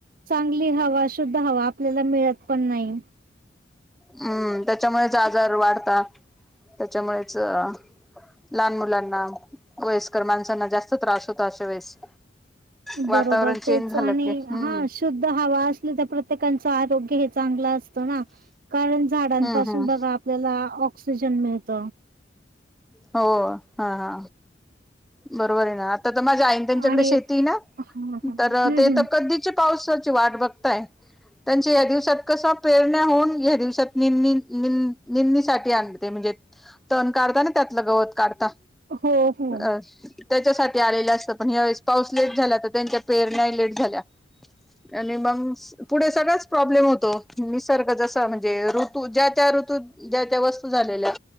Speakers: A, on the right; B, in the centre.
A: चांगली हवा शुद्ध हवा आपल्याला मिळत पण नाही
B: हम्म त्याच्यामुळेच आजार वाढतात त्याच्यामुळेच लहान मुलांना, वयस्कर माणसांना जास्त त्रास होता अशा वेळेस वातावरण
A: बरोबर
B: चेंज
A: तेच
B: झालं
A: आणि
B: की हम्म
A: हा शुद्ध हवा असली तर प्रत्येकांच् आरोग्य हे चांगल असत ना कारण झाडांपासून
B: हम्म हम्म
A: बघा आपल्याला ऑक्सिजन मिळत,
B: हो हा हा. बरोबर आहे ना आता तर माझ्या आई त्यांच्याकडे
A: आणि
B: शेती आहे ना.
A: हम्म हम्म
B: तर ते तर कधीच्या पावसाची वाट बघताय. त्यांच्या या दिवसात कस पेरण्या होऊन या दिवसात निंदणीसाठी आणते तण काढता ना त्यातलं गवत काढता-
A: हो हो.
B: अ त्याच्यासाठी आलेलं असत पण ह्यावेेळेस पाऊस लेट झाला तर त्यांच्या पेरण्या लेट झाल्या- आणि मगं पुढे सगळच प्रॉब्लेम होतो निसर्ग ज म्हणजे ऋतू ज्या त्या ऋतू ज्या त्या वस्तू झालेल्या